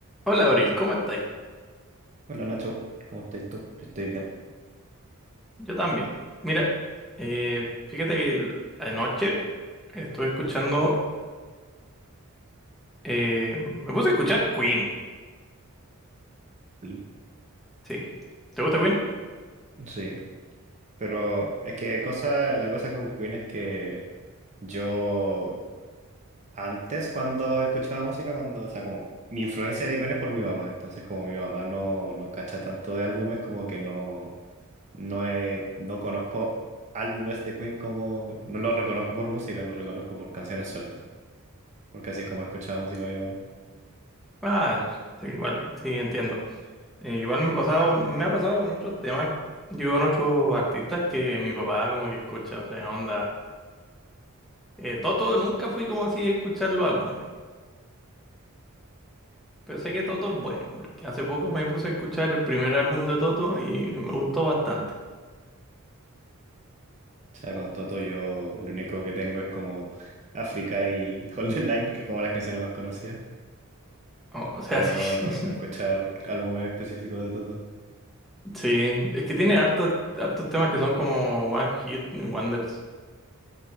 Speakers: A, in the centre; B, on the right.
A: Hola Abril, ¿cómo estáis?
B: Hola Nacho, ¿cómo estás tú? Yo Estoy bien.
A: Yo también. Mira, eh, fíjate que el- anoche estuve escuchando, eh, me puse a escuchar Queen,
B: Bien.
A: sí. ¿Te gusta Queen?
B: Sí, pero es que cosa, la cosa con Queen es que yo antes cuando escuchaba música, cuando, o sea, como mi influencia de Queen es por mi mamá, entonces como mi mamá no, no cacha tanto de álbumes, como que no, no, he- no conozco álbumes de Queen como, no los reconozco por música, los reconozco por canciones sueltas. porque así es como escuchaba música mi mamá. O
A: Ah, sí, igual, sí, entiendo. Eh, igual me, pasado, me ha pasado con otros temas, digo, con otros artistas que mi papá como que escucha, o sea, onda. Eh, Toto nunca fui como así a escuchar los álbumes, pero sé que Toto es bueno, porque hace poco me puse a escuchar el primer álbum de Toto y me gustó bastante.
B: sea, con Toto yo lo único que tengo es como <laughs> África y Hold the Line, que es como las canciones más conocidas,
A: O o sea,
B: pero
A: sí.
B: no me he puesto
A: <laughs>
B: a escuchar álbumes específicos de Toto.
A: Sí, es que tiene hartos, hartos temas que son como One Hit Wonders.